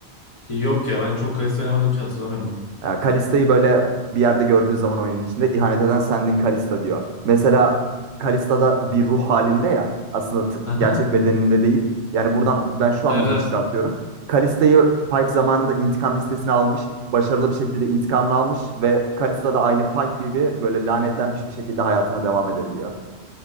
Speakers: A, on the left (about 30°); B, on the right (about 75°).
A: Yok ya ben çok kayısı oynamadığım için hatırlamıyorum.
B: Yani Kalista'yı böyle bir yerde gördüğü zaman oyunun içinde ihanet eden sendin Kalista diyor. Mesela Kalista da bir ruh halinde ya aslında t-
A: Aha.
B: gerçek bedeninde değil. Yani buradan ben şu
A: Evet
B: anlamı
A: evet.
B: çıkartıyorum. Kalista'yı Pike zamanında intikam listesine almış. Başarılı bir şekilde intikamını almış ve Kalista da aynı Pike gibi böyle lanetlenmiş bir şekilde hayatına devam edebiliyor.